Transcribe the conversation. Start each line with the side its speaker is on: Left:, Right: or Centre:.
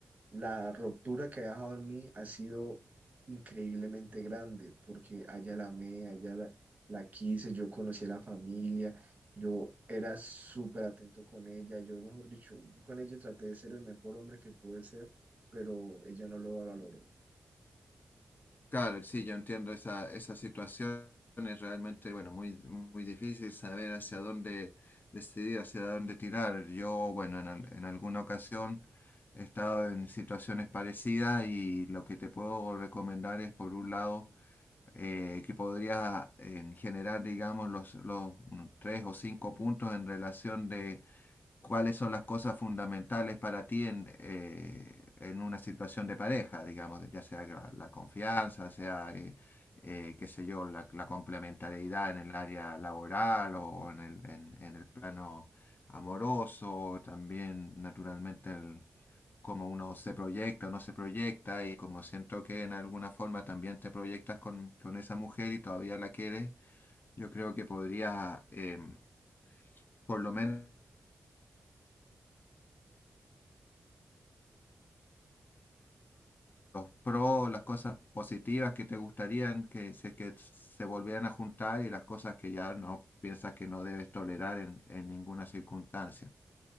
Right: la ruptura que ha dejado en mí ha sido increíblemente grande, porque allá la amé, allá la, la quise, yo conocí a la familia, yo era súper atento con ella, yo, mejor dicho, yo con ella traté de ser el mejor hombre que pude ser, pero ella no lo valoró.
Left: Claro, sí, yo entiendo esa, esa situación. Es realmente, bueno, muy, muy difícil saber hacia dónde decidir, hacia dónde tirar. Yo, bueno, en, al- en alguna ocasión he estado en situaciones parecidas y lo que te puedo recomendar es, por un lado, eh, que podrías eh, generar, digamos, los, los unos tres o cinco puntos en relación de cuáles son las cosas fundamentales para ti en, eh, en una situación de pareja, digamos, ya sea la, la confianza, sea, eh, eh, qué sé yo, la, la complementariedad en el área laboral o, o en el, en, en el plano amoroso, también naturalmente el, cómo uno se proyecta o no se proyecta y como siento que en alguna forma también te proyectas con, con esa mujer y todavía la quieres, yo creo que podrías, em, por lo menos los pros, las cosas positivas que te gustarían que se, que se volvieran a juntar y las cosas que ya no piensas que no debes tolerar en, en ninguna circunstancia.